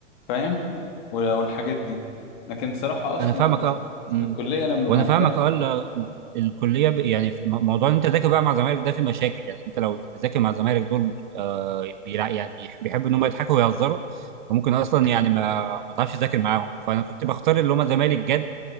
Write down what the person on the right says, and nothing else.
أنا فاهمك أه أمم.
وأنا فاهمك
أه الكليه ب- يعني في م- موضوع ان انت تذاكر بقى مع زمايلك ده في مشاكل يعني انت لو بتذاكر مع زمايلك دول آه بيلع يعني بيح- بيحبوا ان هم يضحكوا ويهزروا فممكن اصلا يعني ما ما تعرفش تذاكر معاهم فانا كنت بختار اللي هم زمايلي الجد